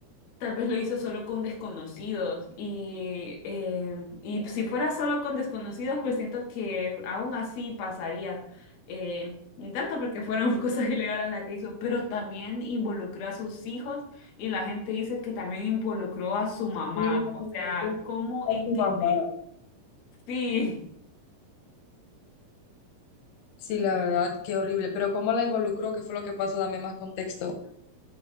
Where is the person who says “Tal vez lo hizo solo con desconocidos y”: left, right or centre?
Left